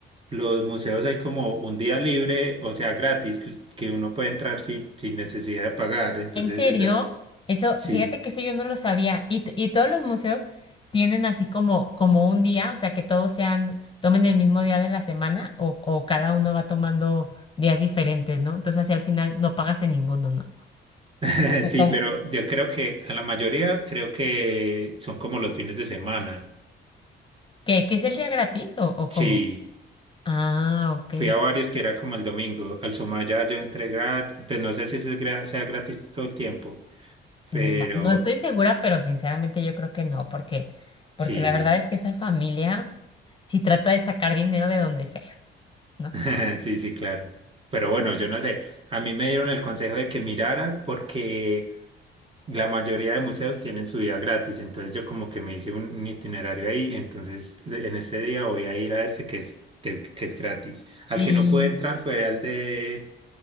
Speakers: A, on the right; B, on the left.
A: los museos hay como un día libre, o sea, gratis, que, us- que uno puede entrar sin, sin necesidad de pagar. Entonces,
B: ¿En serio?
A: ese,
B: Eso,
A: sí,
B: fíjate que eso yo no lo sabía. Y, t- y todos los museos tienen así como, como un día, o sea, que todos sean, tomen el mismo día de la semana o, o cada uno va tomando días diferentes, ¿no? Entonces, así al final no pagas en ninguno, ¿no?
A: <laughs>
B: ¿O
A: sí,
B: cómo?
A: pero yo creo que a la mayoría creo que son como los fines de semana.
B: ¿Qué, qué es el día gratis o, o cómo?
A: Sí,
B: Ah, ok.
A: fui a varios que era como el domingo. Al Sumaya yo entré gratis, pues no sé si ese es gra- sea gratis todo el tiempo,
B: Mm,
A: pero
B: No estoy segura, pero sinceramente yo creo que no, porque, porque
A: sí.
B: la verdad es que esa familia sí trata de sacar dinero de donde sea, ¿no?
A: <laughs> Sí, sí, claro. Pero bueno, yo no sé. A mí me dieron el consejo de que mirara porque la mayoría de museos tienen su día gratis. Entonces yo como que me hice un, un itinerario ahí. Entonces de- en ese día voy a ir a este que es, que, es que es gratis. Al
B: Sí.
A: que no pude entrar fue al de,